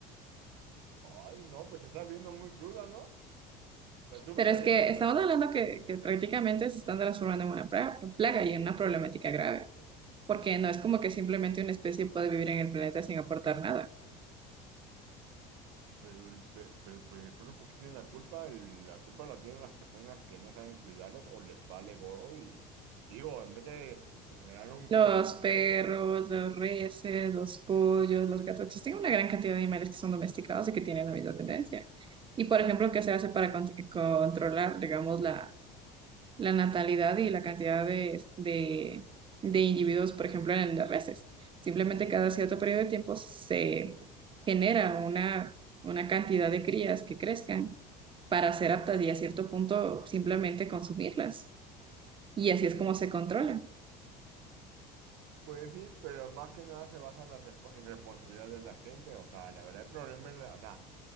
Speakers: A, on the right; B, on the right.
A: Ay, no, pues se está viendo muy cruda, ¿no? O sea, ¿tú
B: Pero
A: matarías
B: es que
A: a
B: estamos
A: perros?
B: hablando que, que prácticamente se están transformando en una pra- plaga y en una problemática grave, porque no es como que simplemente una especie puede vivir en el planeta sin aportar nada.
A: Pero el, pe- pero, pero el perro, ¿por qué tiene la culpa? El- la culpa la tienen las personas que no saben cuidarlos o les vale gorro y digo, en vez de poner un
B: Los
A: ser,
B: perros,
A: un-
B: los reses, los pollos, los gatos, existen una gran cantidad de animales que son domesticados y que tienen la misma tendencia. Y, por ejemplo, ¿qué se hace para con- controlar, digamos, la, la natalidad y la cantidad de, de, de individuos, por ejemplo, en las reses? Simplemente cada cierto periodo de tiempo se genera una, una cantidad de crías que crezcan para ser aptas y a cierto punto simplemente consumirlas. Y así es como se controla.
A: pues sí, pero más que nada se basa en la respo- en responsabilidad de la gente. O sea, la verdad el problema, es la- o sea,